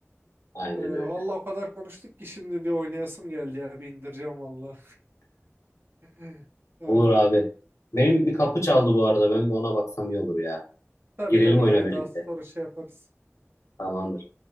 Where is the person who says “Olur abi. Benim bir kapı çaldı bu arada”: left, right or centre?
Left